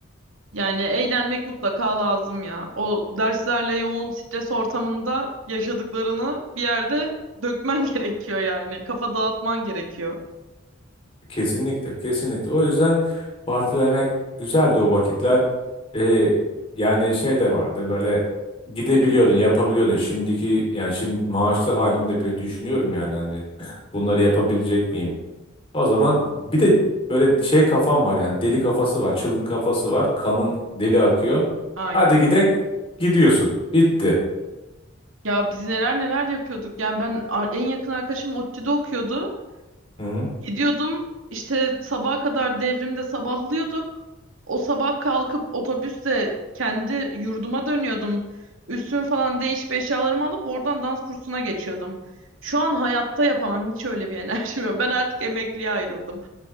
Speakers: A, on the right (about 85°); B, on the left (about 30°).
A: yani eğlenmek mutlaka lazım ya. O derslerle yoğun stres ortamında yaşadıklarını bir yerde dökmen <laughs> gerekiyor yani. Kafa dağıtman gerekiyor.
B: Kesinlikle, kesinlikle. O yüzden partilemek güzeldi o vakitler. Ee, yani şey de vardı böyle gidebiliyordun, yapabiliyordun. Şimdiki yani şimdi maaşlı halimde bile düşünüyorum yani hani bunları yapabilecek miyim? O zaman bir de böyle şey kafam var yani deli kafası var, çılgın kafası var. Kanın deli akıyor.
A: Aynen.
B: Hadi gidek gidiyorsun. Bitti.
A: Ya biz neler neler yapıyorduk. Yani ben a- en yakın arkadaşım ODTÜ'de okuyordu.
B: Hı hı
A: Gidiyordum işte sabaha kadar devrimde sabahlıyorduk. O sabah kalkıp otobüsle kendi yurduma dönüyordum. Üstümü falan değişip eşyalarımı alıp oradan dans kursuna geçiyordum. Şu an hayatta yapamam hiç öyle bir enerjim yok. Ben artık emekliye ayrıldım.